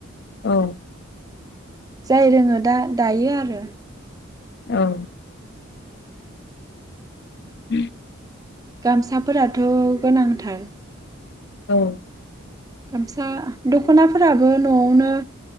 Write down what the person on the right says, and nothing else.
जाय रोङो दा दायो आरो
गामसाफोराथ' गोनांथार।
गामसा दख'नाफोराबो न'आवनो